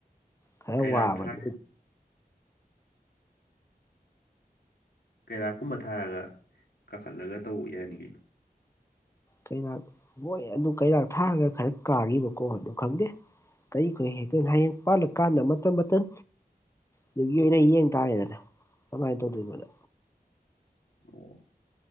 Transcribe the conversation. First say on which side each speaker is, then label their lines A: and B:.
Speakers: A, on the left (about 15°); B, on the left (about 80°).
A: ꯈꯔ
B: ꯀꯩꯔꯥꯛ
A: ꯋꯥꯕꯗꯤ
B: ꯊꯥꯔ ꯀꯩꯔꯥꯛꯀꯨꯝꯕ ꯊꯥꯔꯒ ꯀꯥꯈꯠꯂꯒ ꯇꯧꯕ ꯌꯥꯅꯤ ꯀꯩꯅꯣ
A: ꯀꯩꯔꯥꯛ ꯍꯣꯏ ꯑꯗꯨ ꯀꯩꯔꯥꯛ ꯊꯥꯔꯒ ꯈꯔ ꯀꯥꯈꯤꯕꯀꯣ ꯑꯗꯨ ꯈꯪꯗꯦ ꯀꯔꯤ ꯈꯨꯍꯦꯛ ꯍꯦꯛꯇꯣꯏꯅꯣ ꯍꯌꯦꯡ ꯄꯥꯜꯂꯀꯥꯟꯗ ꯃꯇꯝ ꯃꯇꯝ ꯑꯗꯨꯒꯤ ꯑꯣꯏꯅ ꯌꯦꯡ ꯇꯥꯔꯦꯗꯅ ꯀꯃꯥꯏꯅ ꯇꯧꯗꯣꯏꯅꯣꯗꯣ
B: ꯑꯣ